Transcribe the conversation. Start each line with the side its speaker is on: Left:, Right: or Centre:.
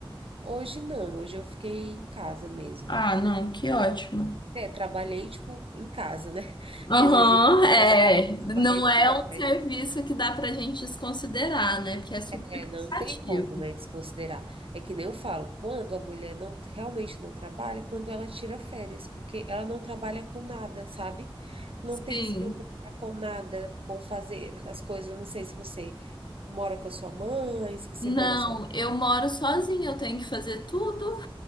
Right: Hoje não, hoje eu fiquei em casa mesmo.
Left: Ah, não, que ótimo.
Right: É, trabalhei, tipo, em casa, né? <laughs>
Left: Aham,
Right: Que às vezes a gente
Left: é.
Right: fala assim, ah, eu trabalhei
Left: Não
Right: fora,
Left: é um
Right: mas
Left: serviço que dá pra gente desconsiderar, né? Porque é super
Right: é,
Left: cansativo.
Right: não tem como, né, desconsiderar. É que nem eu falo, quando a mulher não realmente não trabalha, é quando ela tira férias, porque ela não trabalha com nada, sabe? Não
Left: Sim.
Right: tem que se preocupar com nada, com fazer as coisas. Eu não sei se você mora com a sua mãe, se você
Left: Não,
Right: mora só.
Left: eu moro sozinha, eu tenho que fazer tudo.